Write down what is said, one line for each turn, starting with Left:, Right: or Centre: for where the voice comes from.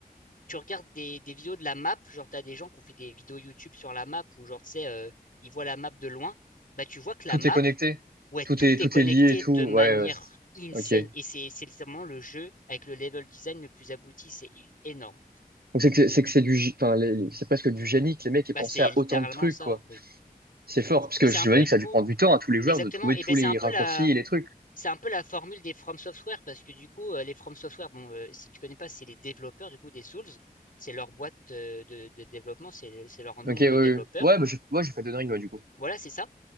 Left: tu regardes des, des, vidéos de la map, genre tu as des gens qui ont fait des vidéos YouTube sur la map où genre tu sais, euh, ils voient la map de loin, bah tu vois que la
Right: Tout
Left: map,
Right: est connecté,
Left: ouais,
Right: tout
Left: tout
Right: est,
Left: est
Right: tout
Left: connecté
Right: est lié et tout.
Left: de manière
Right: Ouais, ouais. c'est-
Left: insane.
Right: Ok.
Left: Et c'est c'est littéralement le jeu avec le level design le plus abouti. C'est énorme.
Right: Donc c'est que c'est que c'est du, gé- enfin les- les- c'est presque du génie que les mecs aient
Left: Bah,
Right: pensé
Left: c'est
Right: à
Left: littéralement
Right: autant de trucs
Left: ça,
Right: quoi.
Left: oui.
Right: C'est fort parce que
Left: Et c'est
Right: j'imagine
Left: un peu, du
Right: que ça
Left: coup,
Right: a dû prendre du temps à tous les joueurs
Left: exactement.
Right: de trouver
Left: Et
Right: tous
Left: ben, c'est
Right: les
Left: un peu
Right: raccourcis
Left: la,
Right: et les trucs.
Left: c'est un peu la formule des From Software parce que, du coup, euh, les From Software, bon, euh, si tu connais pas, c'est les développeurs, du coup, des Souls. C'est leur boîte de, de, de développement, c'est c'est leur nom
Right: Ok, ouais,
Left: de
Right: ouais,
Left: développeur.
Right: Ouais, bah, j'ai ouais, j'ai fait de dingue ouais, du coup.
Left: Voilà, c'est ça.